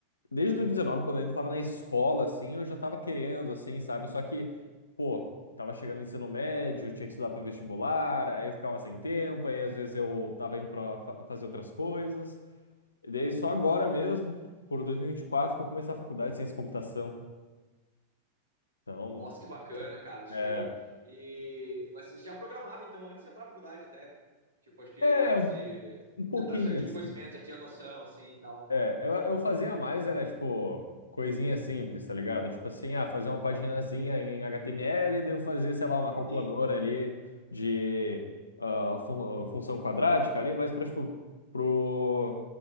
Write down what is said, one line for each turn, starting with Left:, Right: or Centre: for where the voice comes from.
Left: desde 2019, quando eu ainda estava na escola, assim, eu já estava querendo, assim, sabe? Só que, pô, tava chegando no ensino médio, tinha que estudar para vestibular, aí eu ficava sem tempo, aí às vezes eu tava indo para fazer outras coisas. E daí só agora mesmo, por 2024, que eu comecei a faculdade de ciência da computação. Então,
Right: Nossa, que bacana, cara, show.
Left: é,
Right: E mas você já programava então antes de entrar na faculdade até? Tipo, acho que
Left: é
Right: antes
Left: um,
Right: de
Left: um pouquinho
Right: de entrar você já tinha
Left: assim.
Right: um conhecimento, já tinha noção, assim, e tal.
Left: É, eu, eu fazia mais, era tipo coisinha simples, tá ligado? Tipo assim, ah, fazer uma paginazinha em HTML, daí eu fazia, sei lá, uma calculadora
Right: Sim.
Left: ali de ah, fun- função quadrática ali, mas pra, tipo, pro.